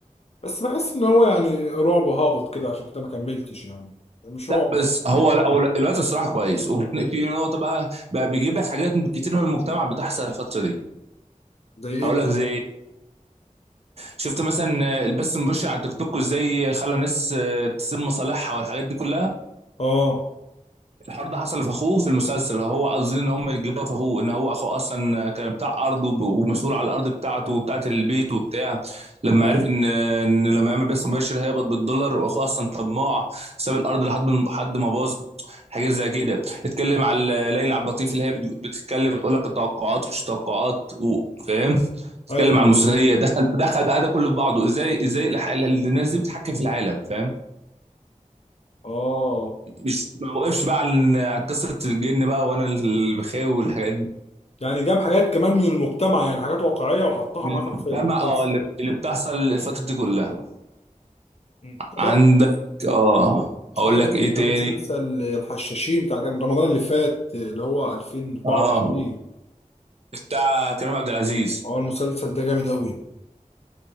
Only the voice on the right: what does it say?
لا بس
هو لا هو الوقت الصراحه كويس وفي نقطه بقى بقى بيجيب لك حاجات كتير من المجتمع بتحصل الفتره دي
هقول
لك زي إيه؟ شفت مثلا البث المباشر على تيك توك وازاي خلى ناس آه، تسيب مصالحها والحاجات دي كلها
الحوار ده حصل في اخوه في المسلسل هو قصدي ان هم يجيبوها في اخوه ان هو اخوه اصلا كان بتاع ارض وب- ومسؤول على الارض بتاعته وبتاعه البيت وبتاع لما عرف ان ان لما يعمل بث مباشر هيقبض بالدولار واخوه اصلا طماع ساب الارض لحد حد ما باظ حاجات زي كده اتكلم على ليلى عبد اللطيف اللي هي بت- بتتكلم بتقول لك التوقعات ومش توقعات و- فاهم اتكلم
على المثليه دخل دخل بقى ده كله في بعضه ازاي ازاي الح- الناس دي بتحكم في العالم فاهم
مش ما وقفش بقى عن عن قصه الجن بقى وانا البخاوي والحاجات دي
من
المجتمع
اه اللي اللي بتحصل الفتره دي كلها
عندك اه اقول
لك
ايه تاني
اه بتاع كريم عبد العزيز